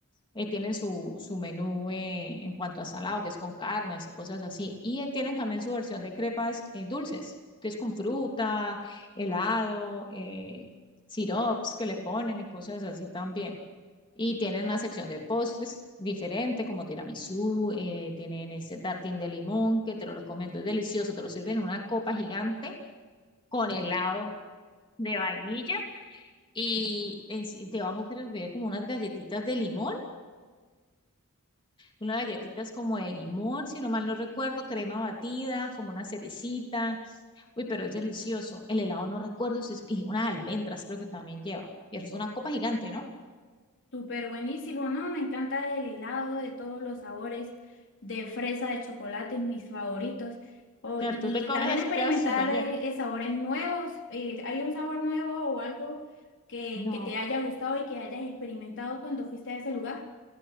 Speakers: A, on the left; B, on the left.
A: eh, tienen su, su menú eh, en cuanto a salado, que es con carnes y cosas así. Y eh, tienen también su versión de crepas eh, dulces, que es con fruta, helado, eh, sirops que le ponen y cosas así también. Y tienen una sección de postres diferente, como tiramisú, eh, tienen este tartín de limón, que te lo recomiendo, es delicioso, te lo sirven en una copa gigante con helado de vainilla y en- sí, debajo creo que había como unas galletitas de limón, unas galletitas como de limón, si no mal no recuerdo, crema batida, como una cerecita. Uy, pero es delicioso. El helado no recuerdo si es, y unas almendras creo que también lleva. Y es una copa gigante, ¿no? O
B: Súper buenísimo, ¿no? Me encanta el helado de todos los sabores, de fresa, de chocolate, mis favoritos. O-
A: sea,
B: y
A: tú te comes
B: también
A: eso
B: experimentar
A: y quedas súper
B: eh,
A: lleno.
B: eh, sabores nuevos. Eh, ¿hay un sabor nuevo o algo que,
A: No,
B: que te haya gustado y que hayas experimentado cuando fuiste a ese lugar?